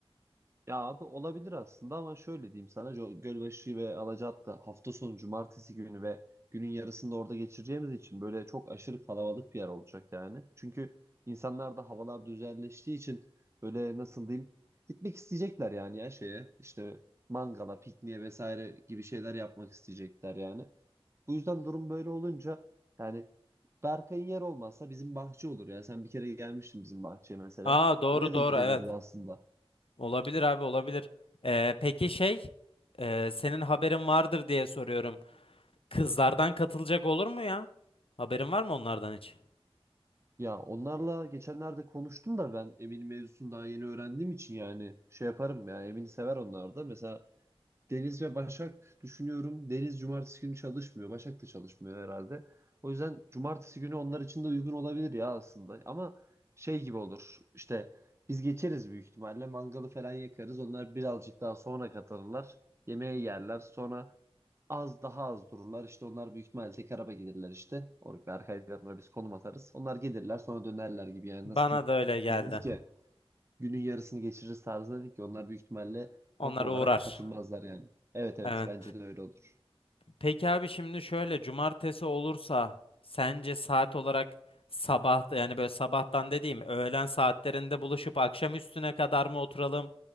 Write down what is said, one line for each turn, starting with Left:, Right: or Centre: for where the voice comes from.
Right: Ya abi olabilir aslında ama şöyle diyeyim sana Jo- Gölbaşı ve Alacaat'ta hafta sonu cumartesi günü ve günün yarısında orada geçireceğimiz için böyle çok aşırı kalabalık bir yer olacak yani. Çünkü insanlar da havalar düzenleştiği için böyle nasıl diyeyim gitmek isteyecekler yani ya şeye işte mangala, pikniğe vesaire gibi şeyler yapmak isteyecekler yani. Bu yüzden durum böyle olunca yani Berkay'ın yer olmazsa bizim bahçe olur ya. Sen bir kere gelmiştin bizim bahçeye mesela.
Left: Aa doğru
Right: Oraya
Left: doğru
Right: da gidebiliriz
Left: evet.
Right: aslında.
Left: Olabilir abi olabilir. E, peki şey e, senin haberin vardır diye soruyorum. Kızlardan katılacak olur mu ya? Haberin var mı onlardan hiç?
Right: Ya onlarla geçenlerde konuştum da ben Emin mevzusunu daha yeni öğrendiğim için yani şey yaparım ya Emin'i sever onlar da. Mesela Deniz ve Başak düşünüyorum. Deniz cumartesi günü çalışmıyor. Başak da çalışmıyor herhalde. O yüzden cumartesi günü onlar için de uygun olabilir ya aslında. Ama şey gibi olur. İşte biz geçeriz büyük ihtimalle. Mangalı falan yakarız. Onlar birazcık daha sonra katılırlar. Yemeği yerler. Sonra az daha az dururlar. İşte onlar büyük ihtimalle tek araba gelirler işte. Ork ve arkalarına biz konum atarız. Onlar gelirler sonra dönerler gibi yani
Left: Bana
Right: nasıl diyeyim.
Left: da öyle geldi.
Right: Biz dedik ya günün yarısını geçiririz tarzında dedik ki onlar büyük ihtimalle tam
Left: Onlar
Right: olarak
Left: uğrar.
Right: katılmazlar yani. Evet evet
Left: Evet.
Right: bence de öyle olur.
Left: Peki abi şimdi şöyle cumartesi olursa sence saat olarak sabah yani böyle sabahtan dediğim öğlen saatlerinde buluşup akşam üstüne kadar mı oturalım?